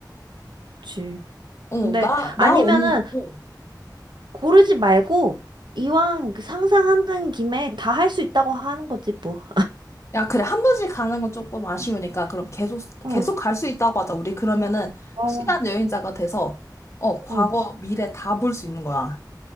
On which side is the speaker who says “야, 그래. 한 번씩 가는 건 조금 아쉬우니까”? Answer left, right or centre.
Left